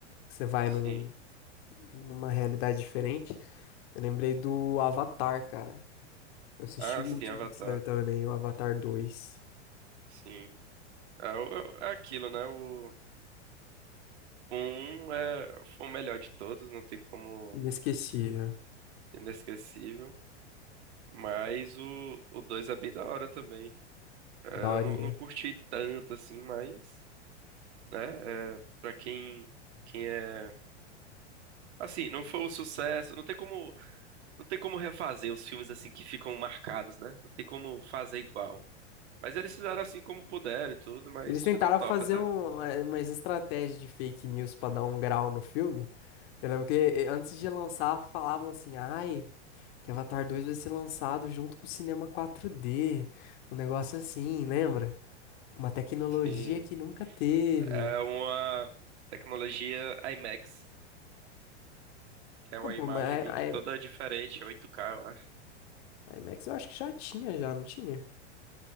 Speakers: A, on the left; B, on the right.
A: Que você vai
B: Sim.
A: num- numa realidade diferente. Eu lembrei do Avatar, cara. Eu assisti
B: Ah,
A: o
B: sim,
A: último
B: Avatar.
A: que saiu também, o Avatar 2.
B: Sim. É, o- é é aquilo, né? O. o Um é, foi o melhor de todos, não tem como.
A: Inesquecível.
B: Inesquecível. Mas o, o 2 é bem da hora também. É, eu
A: Daorinha.
B: não, não curti tanto assim, mas, né, é, pra quem, quem é. Assim, não foi um sucesso, não tem como, não tem como refazer os filmes assim que ficam marcados, né? Não tem como fazer igual. Mas eles fizeram assim como puderam e tudo, mas
A: Eles tentaram
B: ficou top
A: fazer
B: até.
A: um, eh, umas estratégias de fake news pra dar um grau no filme. Eu lembro que eh, antes de lançar, falavam assim, ai. Que Avatar 2 vai ser lançado junto com o cinema 4D. Um negócio assim, lembra? Com Uma tecnologia
B: Sim.
A: que nunca teve.
B: É uma tecnologia IMAX, que é uma
A: Ah, pô,
B: imagem
A: mas
B: meio
A: a,
B: que toda diferente, 8K, eu acho.
A: a IMAX eu acho que já tinha, já, não tinha?